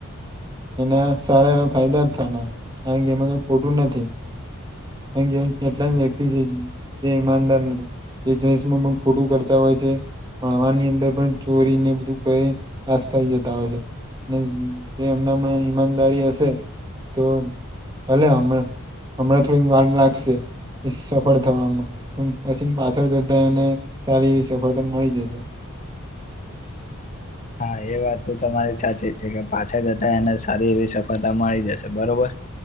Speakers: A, on the right (about 20°); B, on the left (about 35°).
A: એના સારા એવા ફાયદા જ થવાના કારણ કે એમાં કાંઈ ખોટું નથી. કેમ કે એટલા જ વ્યક્તિ છે જે ઈમાનદાર નહીં. બિઝનેસમાં પણ ખોટું કરતા હોય છે. ભણવાની અંદર પણ ચોરીને બધું કરી પાસ થઇ જતા હોય છે. ને એમના માં ઈમાનદારી હશે તો ભલે હમણા હમણાં થોડી વાર લાગશે. સફળ થવામાં પછી પાછળ જતા એને સારી એવી સફળતા મળી જશે.
B: હા એ વાત તો તમારી સાચી છે કે પાછળ જતા એને સારી એવી સફળતા મળી જશે બરોબર.